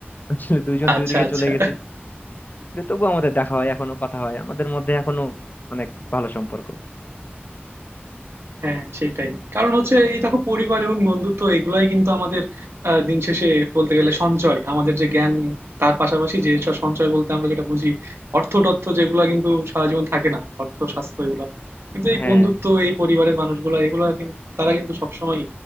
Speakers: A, on the left; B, on the right.
A: আসলে দুইজন
B: আচ্ছা
A: দুই দিকে
B: আচ্ছা
A: চলে গেছি যে তবুও আমাদের দেখা হয় এখনো কথা হয় আমাদের মধ্যে এখনো অনেক ভালো সম্পর্ক
B: হ্যাঁ সেটাই কারণ হচ্ছে এই দেখো পরিবার এবং বন্ধুত্ব এগুলাই কিন্তু আমাদের আহ, দিন শেষে বলতে গেলে সঞ্চয় আমাদের যে জ্ঞান তার পাশাপাশি যে সব সঞ্চয় বলতে আমরা যেটা বুঝি অর্থ টর্থ যেগুলো কিন্তু সারা জীবন থাকে না অর্থ স্বাস্থ্য এগুলো কিন্তু এই
A: হ্যাঁ
B: বন্ধুত্ব এই পরিবারের মানুষগুলো এগুলো কিন্তু তারা কিন্তু সবসময়